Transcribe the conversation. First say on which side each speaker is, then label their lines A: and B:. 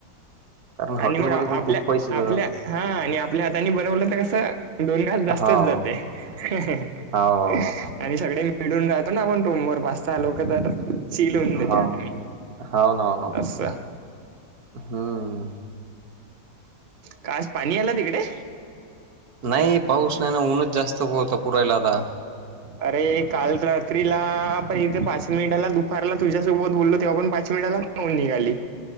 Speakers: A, on the right; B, on the right.
A: कारण हॉटेलमध्ये
B: आणि मग आपल्या
A: पण खूप पैसे जातात
B: आपल्या हा आणि आपल्या हाताने बनवलं तर कसं दोन घास जास्तच
A: हाव
B: जाते ह ह हा अ
A: हाव
B: आणि सगळे मिळून - मिडून राहतो ना आपण रूम वर पाच साहा लोक तर. सील होऊन
A: हा
B: देते आदमी
A: हा ना ना
B: असं
A: हम्म.
B: का आज पाणी आले तिकडे.
A: नाही पाऊस नाही ना ऊनच जास्त होता पुरायला आता.
B: अरे काल रात्रीला आपण इथे पाच मिनिटाला दुपारला तुझ्यासोबत बोललो तेव्हा पण पाच वेळेला नोन निघाली